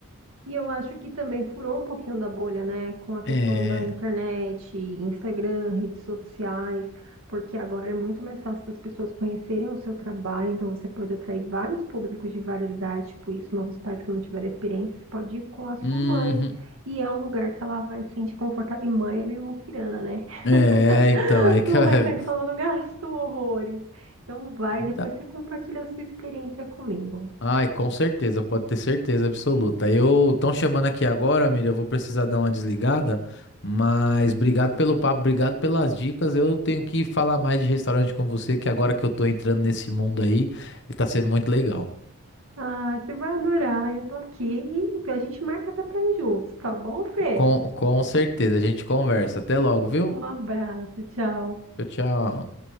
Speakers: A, on the right; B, on the left.
A: E eu acho que também furou um pouquinho da bolha, né? Com a questão
B: É.
A: da internet, Instagram, redes sociais, porque agora é muito mais fácil das pessoas conhecerem o seu trabalho, então você pode atrair vários públicos de várias idades, tipo isso, nossos pais que não tiveram experiência, você pode ir com a sua
B: Uhum.
A: mãe. E é um lugar que ela vai se sentir confortável. E mãe é meio muquirana, né? <laughs>
B: É, então, aí que
A: Não
B: <laughs>
A: vai sair falando gasto horrores. Então vai,
B: e
A: depois
B: dá.
A: você compartilha a sua experiência comigo.
B: Ai, com certeza, pode ter certeza absoluta. Eu estão chamando aqui agora, amiga, eu vou precisar dar uma desligada, mas obrigado pelo papo, obrigado pelas dicas. Eu tenho que falar mais de restaurante com você, que agora que eu tô entrando nesse mundo aí, tá sendo muito legal.
A: Ah, você vai adorar. Eu tô aqui e a gente marca até pra ir juntos, tá bom, Fê?
B: Com, com certeza, a gente conversa. Até logo, viu?
A: Um abraço, tchau.
B: Tchau, tchau.